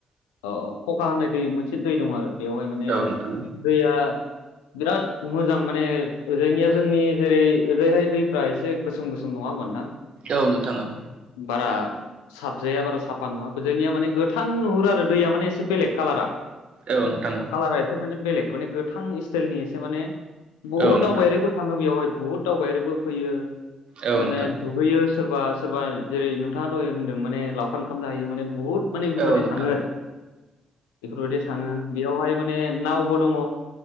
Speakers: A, on the left (about 90°); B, on the right (about 60°).
A: औ औ। खखा होननाय दै मोनसे दै दं आरो बेवहाय माने
B: औ नोंथां
A: दैया। बिराद मोजां माने ओजायनिया जोंनि जेरै ओरजायहाय। दैफ्रा एसे गोसोम गोसोम नङा होनबा नोंथां?
B: औ नोंथां औव।
A: बारा। साबजाया बारा साफा नङाजायनिया माने गोथां नुहुरो आरो दैया माने एसे बेलेग कालारा।
B: औ नोंथां औ।
A: कालारा एसे माने बेलेग माने गोथां स्टाइलनि एसे माने बुहुत
B: औ नोंथां
A: दावबायारिबो थाङो बेवहाय बहुद दावबायारिबो। फैयो
B: औ
A: माने
B: नोंथां
A: दुगैयो। सोरबा सोरबा जेरै नोंथाङा दहाय होनदों माने लावखार ओंखाम जाहैयो माने बुहुद। माने बेफोरबायदि
B: औ नोंथां औ नोंथां
A: थाङो आरो बेफोरबायदि थाङो बेयावहाय माने नावबो दङ।